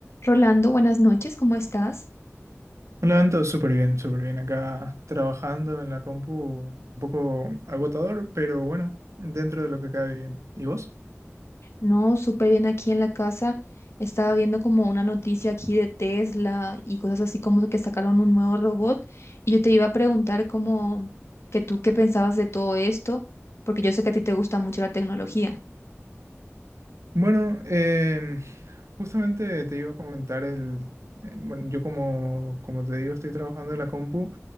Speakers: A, on the left; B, on the right.
A: Rolando, buenas noches, ¿cómo estás?
B: Me levanto súper bien, súper bien. Acá trabajando en la compu, un poco agotador, pero bueno, dentro de lo que cabe bien. ¿Y vos?
A: No, súper bien aquí en la casa. Estaba viendo como una noticia aquí de Tesla y cosas así como que sacaron un nuevo robot. Y yo te iba a preguntar como que tú qué pensabas de todo esto, porque yo sé que a ti te gusta mucho la tecnología.
B: Bueno, em, justamente te iba a comentar el... eh, Bueno, yo como, como te digo, estoy trabajando en la compu